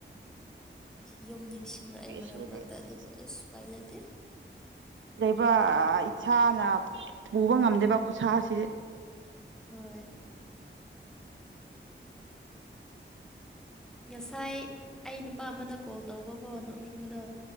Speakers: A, in the centre; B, on the right.
A: ꯌꯨꯝ ꯅꯤꯡꯁꯤꯡꯉꯛꯑꯦ
B: ꯑꯗꯨꯒꯤ
A: ꯃꯔꯛ
B: ꯁꯤꯗꯗꯤ
A: ꯃꯔꯛꯇ
B: ꯑꯁ
A: ꯑꯗꯨꯕꯨ ꯑꯁ ꯎꯄꯥꯏ ꯂꯩꯇꯦ
B: ꯂꯩꯕ ꯏꯁꯥꯅ ꯄꯨꯕ ꯉꯝꯗꯦꯕ ꯈꯨꯠꯁꯥꯁꯤꯗꯤ
A: ꯍꯣꯏ ꯉꯁꯥꯏ ꯑꯩ ꯅꯨꯄꯥ ꯑꯃꯗ ꯀꯣꯜ ꯇꯧꯕꯀꯣ ꯅꯣꯛꯅꯤꯡꯕꯗꯣ